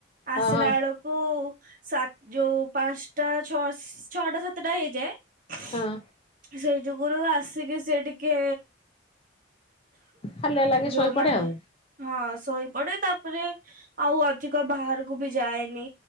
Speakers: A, on the right; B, on the left.
A: ଆସିଲା
B: ଅ ହଁ
A: ବେଳକୁ ସାତ ଯୋଉ ପାଞ୍ଚଟା ଛ ଛଅଟା ସାତଟା ହେଇଯାଏ।
B: ହଁ
A: ସେଇ ଯୁଗରୁ ଆସିକି ସେ ଟିକେ
B: ହାଲିଆ ଲାଗେ
A: ଯୋଉମାନେ
B: ଶୋଇପଡେ ଆଉ
A: ହଁ ଶୋଇ ପଡେ ତାପରେ ଆଉ ଅଧିକ ବାହାରକୁ ବି ଯାଏନି